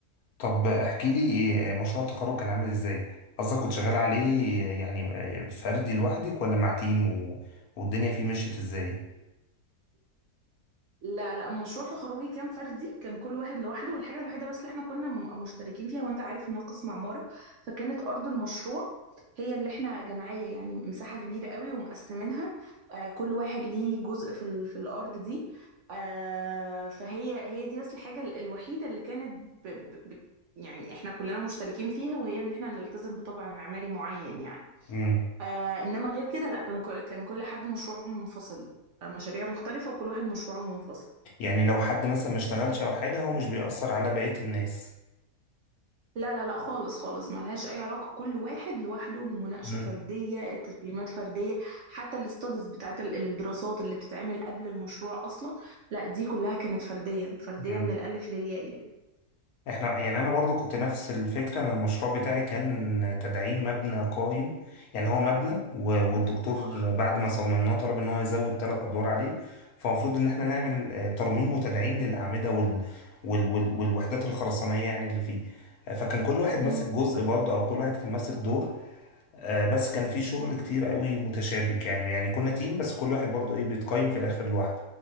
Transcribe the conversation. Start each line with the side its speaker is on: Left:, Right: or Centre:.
Left: طب احكي لي آه، مشروع التخرج كان عامل ازاي؟ قصدك كنت شغال عليه يعني آه، فردي لوحدك ولا مع تيم و... والدنيا فيه مشيت ازاي؟
Right: لا لا مشروع تخرجي كان فردي كان كل واحد لوحده والحاجة الوحيدة بس اللي احنا كنا م- مشتركين فيها وانت عارف انها قسم عمارة فكانت أرض المشروع هي اللي احنا جمعية يعني مساحة كبيرة قوي ومقسمينها آه كل واحد ليه جزء في, ال... في الأرض دي آه فهي هي دي بس الحاجة ال- الوحيدة اللي كانت ب... ب... ب... يعني احنا كلنا مشتركين فيها وهي ان احنا نلتزم بطبع معماري معين يعني
Left: امم.
Right: آه انما غير كده لا كان كل... كان كل حد مشروعه منفصل آه، مشاريع مختلفة وكل واحد مشروعه منفصل
Left: يعني لو حد مثلا ما اشتغلش او حاجه هو مش بيأثر على بقيه الناس
Right: لا لا لا خالص خالص ملهاش اي علاقه كل واحد لوحده المناقشه
Left: مم.
Right: فرديه التسليمات فرديه حتى الاستاديز بتاعت ال- الدراسات اللي بتتعمل قبل المشروع اصلا لا دي كلها كانت فرديه فرديه
Left: مم.
Right: من الالف للياء يعني
Left: احنا يعني انا برضو كنت نفس الفكره انا المشروع بتاعي كان تدعيم مبنى قايم يعني هو مبنى و- والدكتور بعد ما صممناه طلب ان هو يزود ثلاث ادوار عليه فالمفروض ان احنا نعمل آه، ترميم وتدعيم للاعمده وال وال وال والوحدات الخرسانيه يعني اللي فيه آه، فكان كل واحد ماسك
Right: مم.
Left: جزء برضه او كل واحد كان ماسك دور آه، بس كان في شغل كتير قوي متشابك يعني يعني كنا تيم بس كل واحد برضو ايه بيتقيم في الاخر لوحده